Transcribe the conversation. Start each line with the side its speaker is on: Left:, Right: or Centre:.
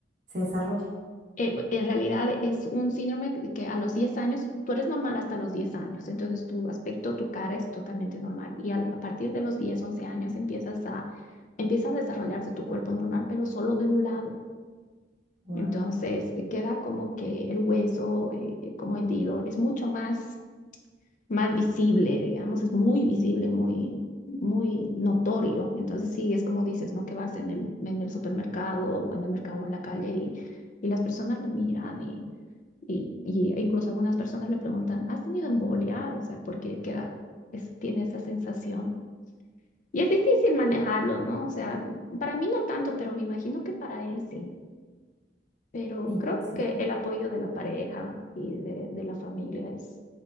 Right: se desarrolla.
Left: eh, en realidad es un síndrome que a los 10 años, tú eres normal hasta los 10 años, entonces tu aspecto, tu cara es totalmente normal y al- a partir de los 10 11 años empiezas a, empieza a desarrollarse tu cuerpo normal, pero solo de un lado.
Right: Wow.
Left: Entonces eh, queda como que el hueso eh, eh, como hendido es mucho más, más visible, digamos, es muy visible, muy, muy notorio. Entonces sí, es como dices, ¿no? Que vas en el, en el supermercado o en el mercado o en la calle y, y las personas le miran y y, y incluso algunas personas le preguntan, ¿has tenido embolia? O sea, porque queda, es- tiene esa sensación. Y es difícil manejarlo, ¿no? O sea, para mí no tanto, pero me imagino que para él sí. Pero
Right: Sí,
Left: creo
Right: sí.
Left: que el apoyo de la pareja y de, de la familia es,